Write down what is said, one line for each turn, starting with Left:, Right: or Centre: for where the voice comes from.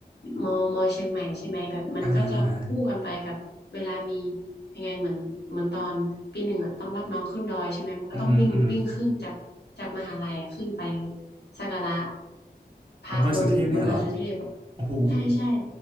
Left: มมเชียงใหม่ใช่ไหมแบบมันก็จะคู่กันไปกับเวลามี
Right: อ่าฮะอ่าฮะ
Left: ยังไงเหมือนเหมือนตอนปีหนึ่งอะต้องรับน้องขึ้นดอยใช่ไหมมันก็ต้องวิ่งวิ่งขึ้นจากจากมหาลัยอะขึ้นไป
Right: อืมอหืมออืมอหือ
Left: สักการะพระบนบนดอยสุเทพอะ
Right: ของดอยสุเทพเนี่ยเหรอโอ้โห
Left: ใช่ใช่